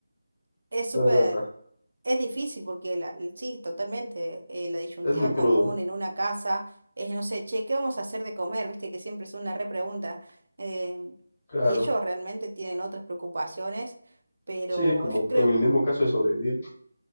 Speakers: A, on the right; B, on the left.
A: es súper...
B: No, no, está,
A: Es difícil porque la, sí, totalmente. eh, la disyuntiva
B: es muy crudo,
A: común en una casa es, no sé, che, ¿qué vamos a hacer de comer? Viste que siempre es una repregunta. eh,
B: claro.
A: y ellos realmente tienen otras preocupaciones, pero
B: Sí, sí, como
A: yo creo,
B: en el mismo caso de sobrevivir.